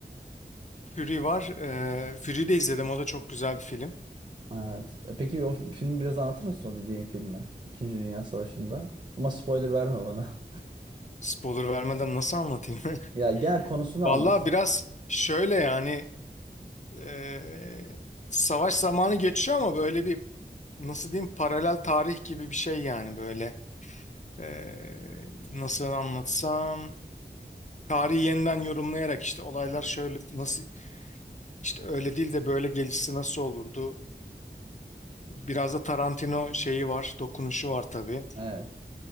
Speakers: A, on the left; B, on the right.
A: Fury var. Ee, Fury de izledim. O da çok güzel bir film.
B: Evet. E, Peki o filmi biraz anlatır mısın o dediğin filmi? İkinci Dünya Savaşı'nda. Ama spoiler verme bana.
A: Spoiler vermeden nasıl anlatayım?
B: <laughs> Ya gel konusunu
A: <laughs> Vallahi
B: anlatsa.
A: biraz şöyle yani ee, savaş zamanı geçiyor ama böyle bir nasıl diyeyim paralel tarih gibi bir şey yani böyle Ee, nasıl anlatsam tarihi yeniden yorumlayarak işte olaylar şöyle nasıl İşte öyle değil de böyle gelişse nasıl olurdu? Biraz da Tarantino şeyi var, dokunuşu var tabii.
B: Evet.